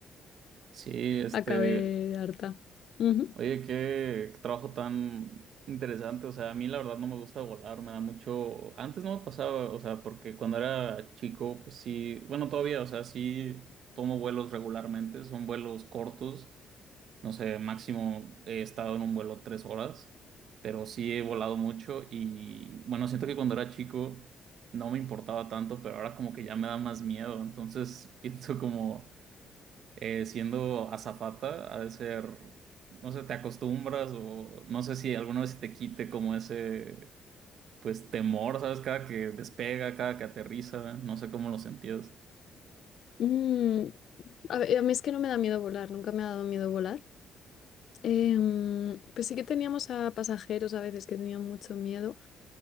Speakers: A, on the right (about 70°); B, on the left (about 65°).
A: sí, este,
B: Acabé harta. Ujú.
A: oye, qué, qué trabajo tan interesante. O sea, a mí la verdad no me gusta volar, me da mucho. Antes no me pasaba, o sea, porque cuando era chico, pues sí, bueno, todavía, o sea, sí tomo vuelos regularmente, son vuelos cortos. No sé, máximo he estado en un vuelo tres horas, pero sí he volado mucho y bueno, siento que cuando era chico no me importaba tanto, pero ahora como que ya me da más miedo. Entonces <laughs> pienso como eh, siendo azafata ha de ser, no sé, te acostumbras o no sé si alguna vez te quite como ese, pues temor, ¿sabes? Cada que despega, cada que aterriza, no sé cómo lo sentías.
B: Mm, a ver, a mí es que no me da miedo volar, nunca me ha dado miedo volar. Em, pues sí que teníamos a pasajeros a veces que tenían mucho miedo.